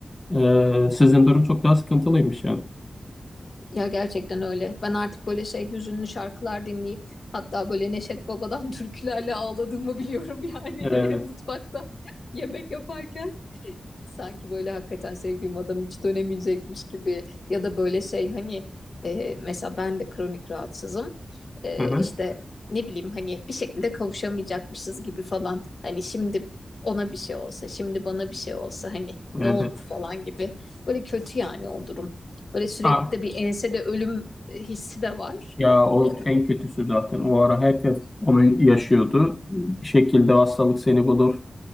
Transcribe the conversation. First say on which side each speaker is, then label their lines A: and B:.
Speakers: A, on the left; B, on the left.
A: Ee, sizin durum çok daha sıkıntılıymış yani.
B: ya gerçekten öyle ben artık böyle şey hüzünlü şarkılar dinleyip hatta böyle Neşet Baba'dan türkülerle ağladığımı biliyorum yani
A: Evet.
B: <laughs> mutfakta yemek yaparken Sanki böyle hakikaten sevdiğim adam hiç dönemeyecekmiş gibi ya da böyle şey hani e, mesela ben de kronik rahatsızım. E,
A: Hı-hı.
B: işte ne bileyim hani bir şekilde kavuşamayacakmışız gibi falan. Hani şimdi ona bir şey olsa, şimdi bana bir şey olsa hani ne
A: Evet.
B: olur falan gibi. Böyle kötü yani o durum. Böyle sürekli
A: Ah,
B: de bir ensede ölüm hissi de var.
A: ya o
B: E,
A: en kötüsü zaten. O ara herkes onu yaşıyordu. Bir şekilde hastalık seni bulur.